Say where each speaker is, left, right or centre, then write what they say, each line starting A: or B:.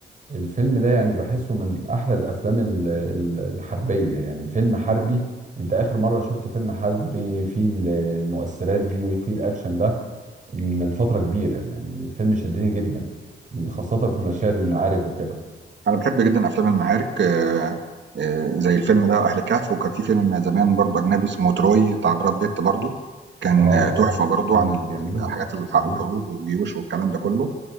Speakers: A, on the right (about 40°); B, on the right (about 65°).
A: الفيلم ده يعني بحسه من أحلى الأفلام ال- ال- الحربية يعني فيلم حربي أنت آخر مرة شفت فيلم حربي فيه ال- المؤثرات دي وفيه الأكشن ده من فترة كبيرة يعني الفيلم شدني جدا خاصة في مشاهد المعارك وكده
B: انا بحب جدا افلام المعارك آه، آه، زي الفيلم ده اهل كهف وكان في فيلم زمان برضو اجنبي اسمه تروي بتاع براد بيت برضو كان
A: آه
B: آه، تحفه
A: آه
B: برضو
A: مم،
B: عن ال-
A: جميل
B: حاجات الح-
A: جميل
B: الحروب والجيوش والكلام ده كله